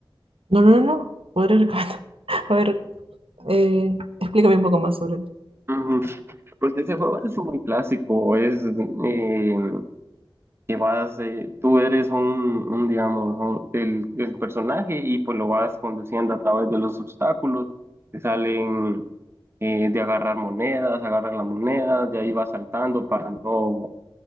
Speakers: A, on the right; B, on the right.
A: No, no, no, no. Podrías recomendar. <laughs> A ver, eh, explícame un poco más sobre él.
B: Ujú. Pues ese juego es muy clásico, es, eh, que vas, eh, tú eres un, un, digamos, un- el, el personaje y pues lo vas conduciendo a través de los obstáculos que salen eh, de agarrar monedas, agarras la moneda, de ahí vas saltando para no,